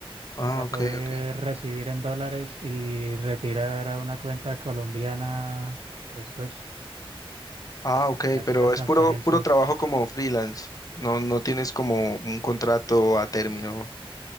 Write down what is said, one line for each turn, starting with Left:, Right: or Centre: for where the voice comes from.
Left: Ah,
Right: para
Left: ok,
Right: poder
Left: ok.
Right: recibir en dólares y retirar a una cuenta colombiana después
Left: Ah, ok,
Right: y hacer
Left: pero
Right: las transferencias.
Left: es puro, puro trabajo como freelance. No, no tienes como un contrato a término.